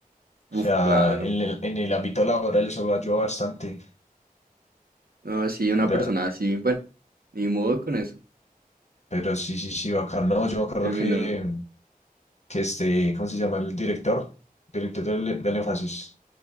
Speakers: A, on the right; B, on the left.
A: Uf,
B: o sea,
A: claro.
B: en el, en el ámbito laboral eso lo ayuda bastante.
A: No, sí, una
B: Pero,
A: persona así, bueno, ni modo con eso.
B: pero sí, sí, sí, bacán. No, yo me acuerdo
A: Terminó.
B: que, que este, ¿cómo se llama el director? Director del, del énfasis.